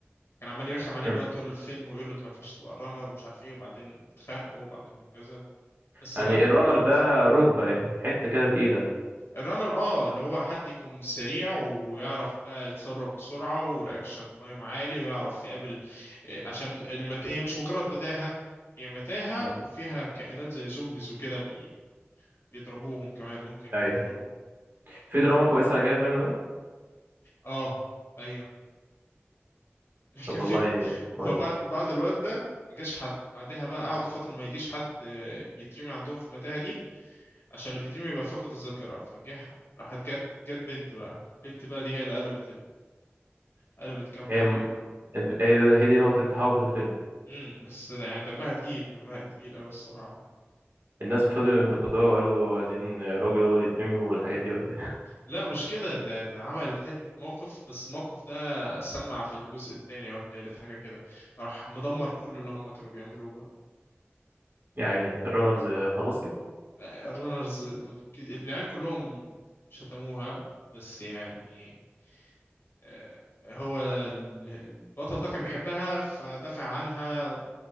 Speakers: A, on the left (about 65°); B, on the right (about 50°).
A: كان عمال يرخم عليه
B: امم
A: بقى طول الفيلم ويقول له انت ما ينفعش تبقى رانر ومش عارف ايه وبعدين اتخانقوا وبعدين هكذا بس
B: يعني
A: لا هو
B: الرانر
A: فاهم
B: ده رتبة يعني حتة كده تقيلة
A: الرانر اه اللي هو حد يكون سريع ويعرف بقى يتصرف بسرعة ورياكشن تايم عالي ويعرف يقابل آه، عشان المت... هي مش مجرد متاهة هي متاهة
B: مم.
A: وفيها كائنات زي زومبيز وكده بي... بيضربوهم كمان ممكن
B: ايوه
A: يقتلوهم
B: في دراما كويسة على كده الفيلم ده
A: اه ايوه <laughs>
B: طب
A: كان
B: والله
A: في
B: كويس
A: هو بعد بعد الواد ده ما جاش حد بعدها بقى قعدوا فترة ما يجيش حد آه، يترمي عندهم في المتاهة دي عشان اللي بيترمي يبقى فقد الذاكرة فجه راحت جت جت بنت بقى البنت بقى دي هي اللي قلبت ال... قلبت كام
B: هي
A: حاجة
B: هي دي هي دي نقطة التحول في الفيلم
A: امم بس يعني دمها تقيل دمها تقيل أوي الصراحة
B: الناس فضلوا ينتقدوها وقالوا عايزين راجل هو اللي يترمي والحاجات دي ولا ايه
A: لا مش كده ده ده عملت حتة موقف بس الموقف ده سمع في الجزء التاني أو التالت حاجة كده راح مدمر كل اللي هم كانوا بيعملوه بقى
B: <laughs> يا عيني الرانرز خلاص كده
A: آه، الرنرز ده- العيال كلهم شتموها بس يعني آه، هو ال- البطل ده كان بيحبها فدافع عنها